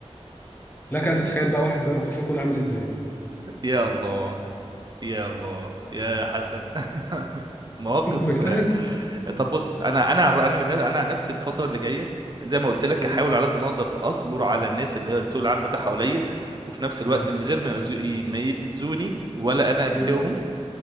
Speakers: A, on the left; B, on the right.
A: لك ان تتخيل
B: <laughs>
A: بقى واحد زي ده موقفه يكون عامل ازاي
B: يا الله يا الله يا حسن <laughs> مواقف
A: <laughs> بجد
B: آه. طب بص انا انا عن- انا من انا عن نفسي الفتره اللي جايه زي ما قلت لك
A: م-
B: هحاول على قد ما اقدر اصبر على الناس اللي هي الذوق العام بتاعها قليل وفي نفس الوقت
A: م-
B: من غير ما يؤذو- ما يؤذوني ولا انا اضايقهم
A: م.